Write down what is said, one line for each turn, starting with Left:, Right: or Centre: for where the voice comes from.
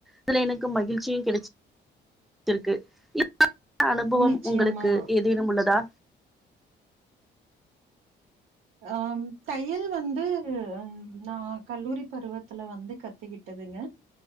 Centre: இதுல எனக்கு மகிழ்சியு கிடைச் இருக்கு <unintelligible> அனுபவம்
Right: நிச்சயமா.
Centre: உங்களுக்கு ஏதேனும் உள்ளதா
Right: அம் தையல் வந்து நா கல்லூரி பருவத்துல வந்து கத் கத்துக்கிட்டதுங்க